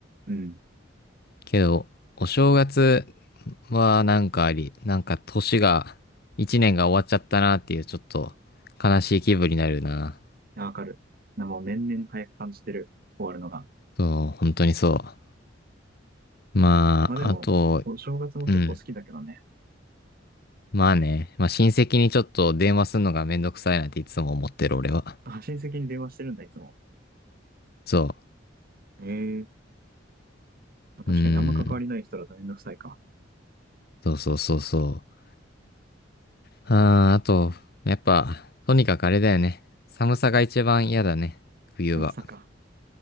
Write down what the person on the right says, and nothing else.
うん。い
やわかる。なもう年々早く感じてる。終わるのが。
まあでも、
お正月も結構好きだけどね。
あ、親戚に電話してるんだ、いつも。
ええまあ確かにあんま関わりない人だとめんどくさいか。
めんどくさか。